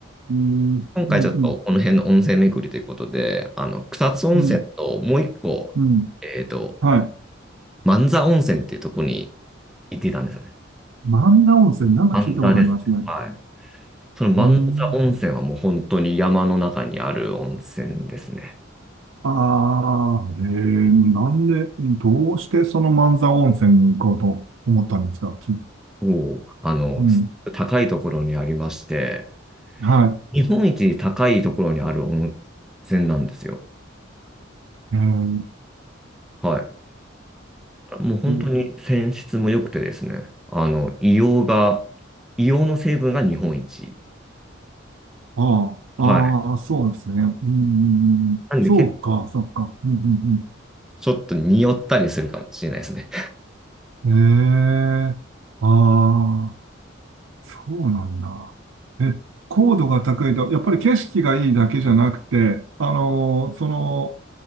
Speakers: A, on the right; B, in the centre.
A: うん、うん、
B: 今回ちょっとこの辺の温泉巡りということで、
A: うん、
B: あの、草津温泉ともう一個、
A: うん、うん。
B: えっと、
A: はい。
B: 万座温泉っていうところに行っていたんですよね。
A: 万田温泉、なんか聞いたことありますね。
B: 万座ですね。はい。その万座温泉はもう本当に山の中にある温泉ですね。
A: うんああ、ええなんで、うんどうしてその万座温泉に行こうと思ったんですかき
B: もう、あの、
A: うん、
B: す高いところにありまして、
A: は
B: 日本一高いところにある温泉なんですよ。
A: い。えー
B: はい。もう本当に泉質も良くてですね、
A: と、
B: あの、硫黄が、硫黄の成分が日本一。
A: ああ、
B: はい。
A: ああ、そうですね。うん、
B: なんで結構
A: そうか、そうか。うん、うん、
B: ちょっと匂ったりするかもしれないですね。
A: うん。ええああ、そうなんだ。え、高度が高いと、やっぱり景色がいいだけじゃなくて、あのーその、